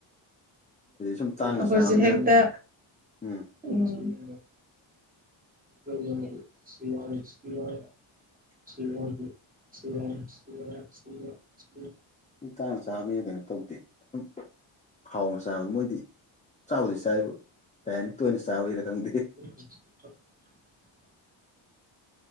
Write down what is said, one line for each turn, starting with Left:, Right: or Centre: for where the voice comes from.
Left: ꯁꯨꯝ
Right: ꯎꯝ
Left: ꯇꯥꯡꯅ
Right: ꯑꯩꯈꯣꯏꯁꯨ
Left: ꯆꯥꯕꯅꯤꯅ
Right: ꯍꯦꯛꯇ
Left: ꯎꯝ
Right: ꯎꯝ ꯐꯦ ꯁꯤꯋꯥꯅꯤ ꯁꯤꯋꯥ ꯁꯤ ꯁꯤ ꯁꯤ ꯁꯤ
Left: ꯃꯤ ꯇꯥꯡꯅ ꯆꯥꯕꯅꯤꯅ ꯀꯩꯅꯣ ꯇꯧꯗꯦ ꯁꯨꯝ ꯍꯥꯎꯅ ꯆꯥꯕ ꯃꯣꯏꯗꯤ ꯆꯥꯕꯗꯤ ꯆꯥꯏꯕ ꯀꯩ ꯍꯥꯏꯅꯤ ꯇꯣꯏꯅ ꯆꯥꯕꯒꯤꯔ ꯈꯪꯗꯦ
Right: <inaudible>